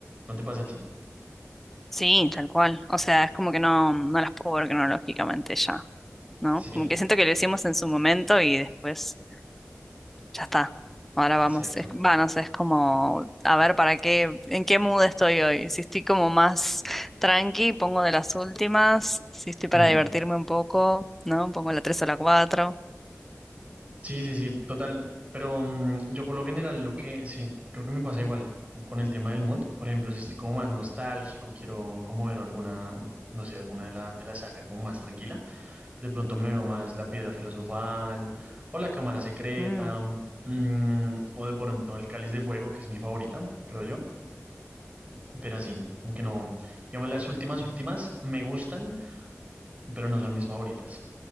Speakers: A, on the right; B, in the centre.
A: ¿No te pasa a ti?
B: Sí, tal cual. O sea, es como que no, no las puedo ver cronológicamente ya, ¿no?
A: Sí,
B: Como que siento que lo hicimos en su momento y después ya está. Ahora vamos,
A: exacto.
B: es, va, no sé, es como a ver para qué, en qué mood estoy hoy. Si estoy como más tranqui, pongo de las últimas. Si estoy
A: Hmm.
B: para divertirme un poco, ¿no? Pongo la tres o la cuatro
A: Sí, sí, sí, total. Pero mm, yo por lo general lo que, sí, creo que me pasa igual con, con el tema del mod. Por ejemplo, si estoy como más nostálgico, quiero como ver alguna, no sé, alguna de la, de la saga como más tranquila. De pronto me veo más La Piedra Filosofal o La Cámara Secreta
B: Mm,
A: mm, o de pronto El Cáliz de Fuego, que es mi favorita, creo yo. Pero así, como que no, digamos, las últimas, últimas me gustan, pero no son mis favoritas.